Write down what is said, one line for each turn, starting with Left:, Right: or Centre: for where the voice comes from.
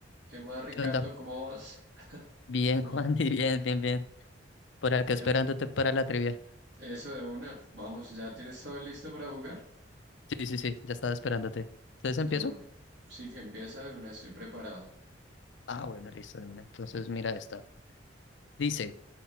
Right: ¿Qué más, Ricardo?
Left: ¿Qué onda?
Right: ¿Cómo vas?
Left: Bien,
Right: ¿Cómo-
Left: <laughs> Juan, y bien, bien, bien. Por acá
Right: qué-
Left: esperándote para la trivia.
Right: Eso de una. Vamos, ¿ya tienes todo listo para jugar?
Left: Sí, sí, sí, ya estaba esperándote. ¿Entonces
Right: De
Left: empiezo?
Right: una. Sí, que empieza de una, estoy preparado.
Left: Ah, bueno, listo, de una. Entonces mira esta. Dice,